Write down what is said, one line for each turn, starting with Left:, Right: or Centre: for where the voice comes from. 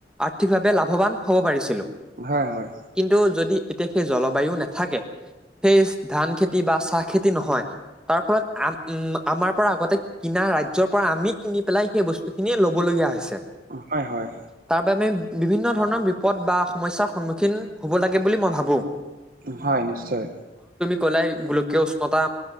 Centre: আৰ্থিকভাৱে লাভৱান হ'ব পাৰিছিলো।
Right: হয় হয়।
Centre: কিন্তু যদি এতিয়া সেই জলবায়ু নাথাকে সেই ধান খেতি বা চাহ খেতি নহয়। তাৰ ফলত আম উম আমাৰ পৰা আগতে কিনা ৰাজ্য পৰা আমি কিনি পেলাই সেই বস্তু খিনিয়ে লৈ। ল'বলগীয়া হৈছে।
Right: হয় হয়
Centre: তাৰ বাবে বিভিন্ন ধৰণৰ বিপদ বা সমস্যাৰ সন্মুখীন হব লাগে বুলি মই ভাবোঁ।
Right: হয় নিশ্চয়।
Centre: কলে গোলকীয় উষ্ণতা।